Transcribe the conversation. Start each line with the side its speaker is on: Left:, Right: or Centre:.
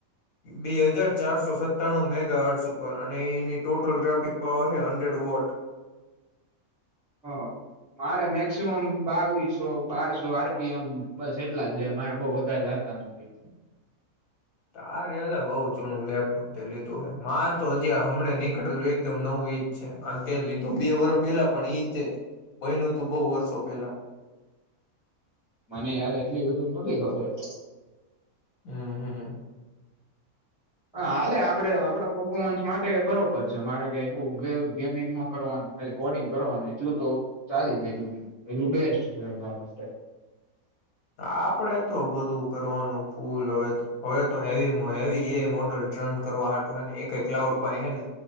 Left: બે હજાર ચારસો સત્તાણું મેગટ ઉપર અને એ ટોટલ ગ્રાફિક પાવર હૈ હન્ડ્રેડ વોટ
Centre: હ મારે મેક્સિમમ બાવીસો બારસો આરપીએમ બસ એટલા જ જાય મારે બહ વધારે જતા નથી
Left: આ ર બહુ જૂનું લેપટોપ તે લીધું હ મારે તો હજી હમણા નીકળેલું એકદમ નવું ઈજ છે અને તે લીધું બે વર્ષ પેલા પણ ઈ છે બયનું તું બહુ વર્ષો પેલા
Centre: મને યાર એટલી બધું નથી ખબર
Left: હમ હમ
Centre: હા હાલે આપડે આપડા પફોમન્સ માટે માટે બરોબર છે મારે કે બ ગેમિંગ ન કરવાનું ખાલી કોડિંગ કરવાનું એટલું તો ચાલી જાય એટલું એટલું બેસ્ટ છેરા માટે
Left: આપડે તો બધું કરવાનું ફૂલ હવે હવે તો હેવી હેવી એ મોડલ ટન કરવાટુંને એ ક ક્લાઉડ પા હેને